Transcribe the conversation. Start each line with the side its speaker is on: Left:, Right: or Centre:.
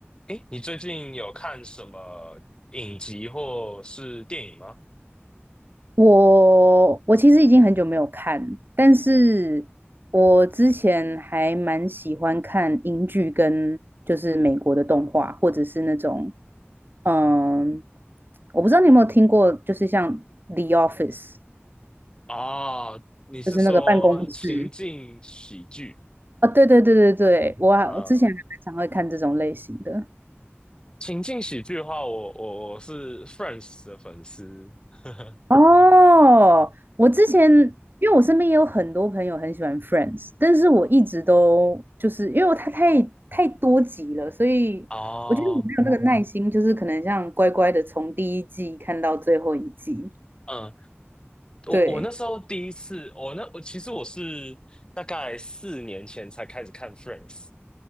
Left: 诶，你最近有看什么影集或是电影吗？
Right: 我我其实已经很久没有看，但是我之前还蛮喜欢看英剧跟就是美国的动画，或者是那种，嗯，我不知道你有没有听过，就是像《The Office》，
Left: 啊，你是说情境喜剧
Right: 就是那个办公室。啊，对对对对对，我还我之前还蛮常会看这种类型的。
Left: 啊？情境喜剧的话，我我我是 Friends 的粉丝。<laughs>
Right: 哦，我之前因为我身边也有很多朋友很喜欢 Friends，但是我一直都就是因为它太太多集了，所以我觉得我没有那个耐心，
Left: 哦，
Right: 就是可能像乖乖的从第一季看到最后一季。
Left: 嗯，我我那时候第一次，
Right: 对，
Left: 我那我其实我是大概四年前才开始看 Friends，